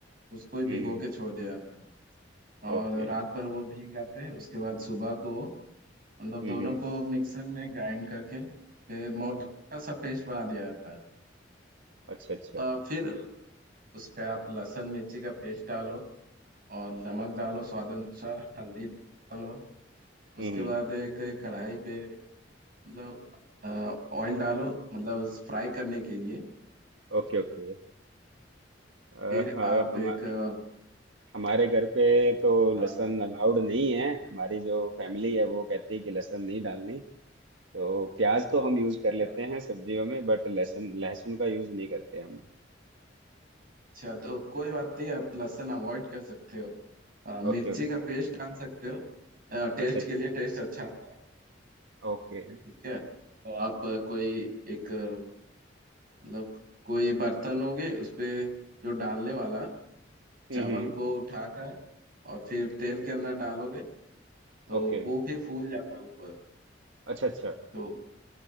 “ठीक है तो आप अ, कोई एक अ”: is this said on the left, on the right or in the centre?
Right